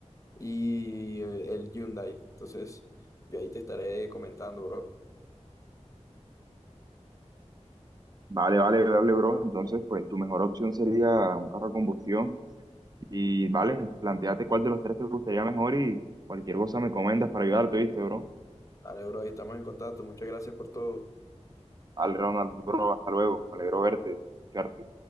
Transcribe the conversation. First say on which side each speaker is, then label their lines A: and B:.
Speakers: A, on the left; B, on the right.
A: y eh, el Hyundai. Entonces, yo ahí te estaré comentando, bro.
B: Vale, vale, vale, bro. Entonces, pues tu mejor opción sería un carro a combustión. Y vale, planteate cuál de los tres te gustaría mejor y cualquier cosa me comentas para ayudarte, ¿viste, bro?
A: Vale, bro, ahí estamos en contacto. Muchas gracias por todo.
B: Al Ronald, bro, hasta luego. Me alegro verte, escucharte.